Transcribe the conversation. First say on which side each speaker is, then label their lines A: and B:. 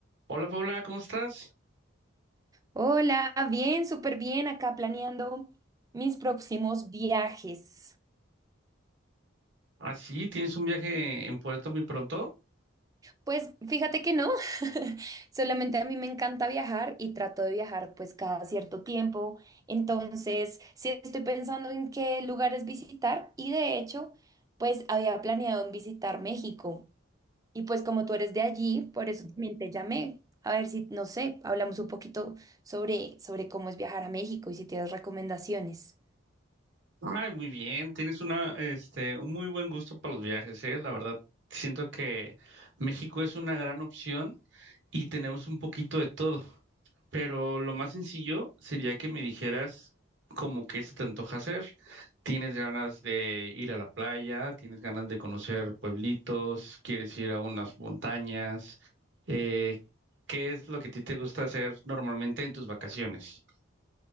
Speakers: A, on the right; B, on the right.
A: Hola Paula, ¿cómo estás?
B: Hola, bien, súper bien, acá planeando mis próximos viajes.
A: Así, tienes un viaje en puerto muy pronto.
B: Pues fíjate que no, <laughs> solamente a mí me encanta viajar y trato de viajar pues cada cierto tiempo. Entonces, sí estoy pensando en qué lugares visitar y de hecho, pues había planeado en visitar México. Y pues como tú eres de allí, por eso también te llamé. A ver si, no sé, hablamos un poquito sobre, sobre cómo es viajar a México y si tienes recomendaciones.
A: Ay, muy bien, tienes una, este, un muy buen gusto para los viajes, ¿eh? La verdad, siento que México es una gran opción y tenemos un poquito de todo. Pero lo más sencillo sería que me dijeras como qué se te antoja hacer. ¿Tienes ganas de ir a la playa? ¿Tienes ganas de conocer pueblitos? ¿Quieres ir a unas montañas? Eh, ¿qué es lo que a ti te gusta hacer normalmente en tus vacaciones?